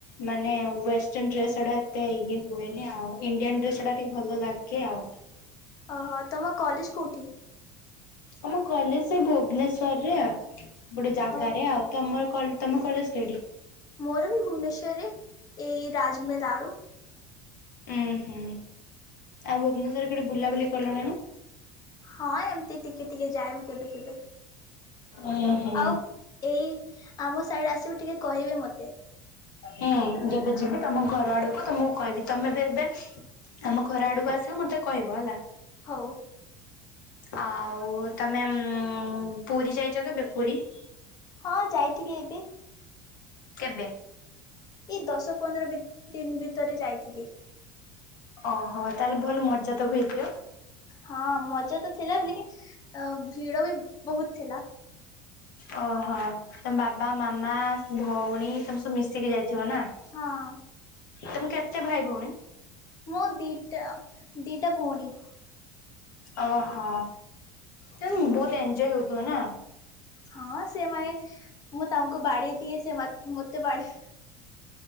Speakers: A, on the left; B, on the left.
A: ମାନେ ୱେଷ୍ଟର୍ଣ ଡ୍ରେସ ଟା ଏତେ ଇଏ ହୁଏନି ଆଉ ଇଣ୍ଡିଆନ ଡ୍ରେସ ଟା ଟିକେ ଭଲ ଲାଗେ ଆଉ।
B: ଅହ ତମ କଲେଜ କୋଉଠି?
A: ଆମ କଲେଜ ସେ ଭୁବନେଶ୍ୱରରେ ଆ ଗୋଟେ ଜାଗାରେ
B: ହଉ
A: ଆଉ। ତମର କଲ ତମ କଲେଜ ରେଡ଼ି।
B: ମୋରବୀ ଭୁବନେଶ୍ୱରରେ ଏଇ ରାଜମେଲ ଆଳୁ
A: ଉୁଁ ହୁଁ ଆଉ ଭୁବନେଶ୍ୱରରେ କେଡ଼େ ବୁଲାବୁଲି କଲଣିଣ?
B: ହଁ ଏମତି ଟିକେ ଟିକେ ଯାଏ ମୁଁ କେବେ କେବେ।
A: ଓହୋ।
B: ଆଉ ଏଇ ଆମ ସାଇଡ଼ ଆସିବ ଟିକେ କହିବେ ମତେ।
A: ହୁଁ ଯେବେ ଯିବି ତମ ଘର ଆଡ଼କୁ ତମକୁ କହିବି। ତମେ ବି ଏବେ ଆମ ଘର ଆଡ଼କୁ ଆସିବ ମତେ କହିବ ହେଲା।
B: ହଉ।
A: ଆଉ ତମେ ଉଁ ପୁରୀ ଯାଇଚ କେବେ ପୁରୀ?
B: ହଁ ଯାଇଥିଲି ଏବେ-
A: କେବେ?
B: ଏଇ ଦଶ ପନ୍ଦର ବି ଦିନ ଭିତରେ ଯାଇଥିଲି
A: ଅ ହୋ ତାହେଲେ ଭଲ ମଜା ତକୁ ହେଇଥିବ
B: ହଁ ମଜା ତ ଥିଲା ବିଲ୍କି ଭିଡ ବି ବହୁତ ଥିଲା -
A: ଅ ହ ତମ ବାବା ମାମା ସ ଭଉଣୀ ତମେ ସବୁ ମିଶିକି ଯାଇଥିବ ନା
B: ହଁ
A: ତମେ କେତେ ଭାଇ ଭଉଣୀ?
B: ମୁଁ ଦିଟା, ଦିଟା ଭଓଣୀ
A: ଅ ହ ଦେନ୍ ବହୁତ ଏଞଜୟ ହଉଥିବ ନା
B: ହଁ ସେମାନେ ମୁଁ ତାଙ୍କୁ ବାଡି ଦିଏ ସେ ମତେ ବାଡ଼ି